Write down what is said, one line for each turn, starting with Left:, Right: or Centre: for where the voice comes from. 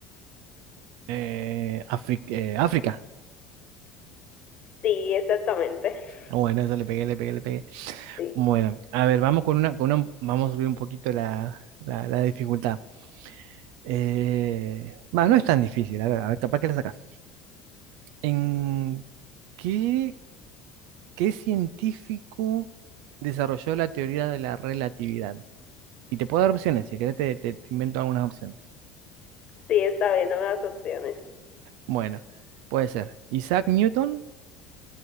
Right: Eh, Afri- eh, África.
Left: Sí, exactamente. <laughs>
Right: Bueno, eso le pegué, le pegué, le pegué.
Left: Sí,
Right: Bueno, a ver, vamos con una, con una- vamos a subir un poquito la, la- la dificultad. Eh, va, no es tan difícil, a ver, a ver, capaz que la sacas. ¿En qué, qué científico desarrolló la teoría de la relatividad? Y te puedo dar opciones, si querés te, te- te invento algunas opciones.
Left: sí, está bien, dame las opciones.
Right: Bueno, puede ser Isaac Newton,